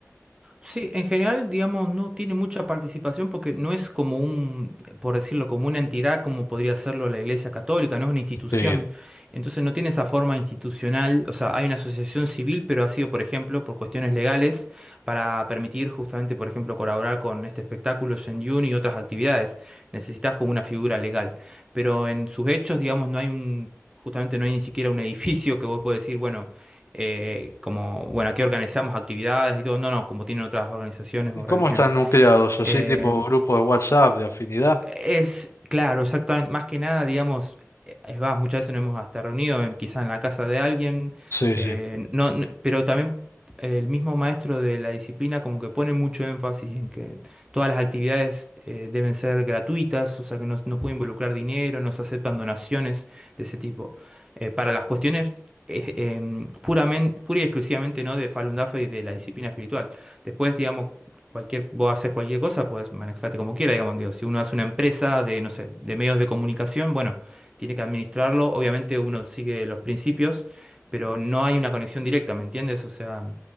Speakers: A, on the right (about 15°); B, on the left (about 60°).
A: Sí, en general, digamos, no tiene mucha participación porque no es como un, por decirlo, como una entidad como podría serlo la Iglesia Católica, no es una institución.
B: Sí.
A: Entonces no tiene esa forma institucional, o sea, hay una asociación civil, pero ha sido, por ejemplo, por cuestiones legales, para permitir justamente, por ejemplo, colaborar con este espectáculo Shenyun y otras actividades. Necesitas como una figura legal. Pero en sus hechos, digamos, no hay un, justamente no hay ni siquiera un <laughs> edificio que vos puedas decir, bueno eh, como, bueno, aquí organizamos actividades y todo, no, no, como tienen otras organizaciones
B: ¿Y
A: o
B: cómo
A: religiones.
B: están nucleados? ¿Así
A: Eh,
B: tipo grupo de WhatsApp, de afinidad?
A: es, claro, exactamente, más que nada, digamos, eh, es va, muchas veces nos hemos hasta reunido en, quizá en la casa de alguien,
B: Sí,
A: eh,
B: sí.
A: no, n- pero también eh, el mismo maestro de la disciplina como que pone mucho énfasis en que todas las actividades eh, deben ser gratuitas, o sea que no, no puede involucrar dinero, no se aceptan donaciones de ese tipo. Eh, para las cuestiones eh, em, puramen- pura y exclusivamente, ¿no? de Falun Dafa y de la disciplina espiritual. Después, digamos, cualquier, vos haces cualquier cosa, pues manejate como quiera, digamos, digo, si uno hace una empresa de, no sé, de medios de comunicación, bueno, tiene que administrarlo, obviamente uno sigue los principios, pero no hay una conexión directa, ¿me entiendes? O sea,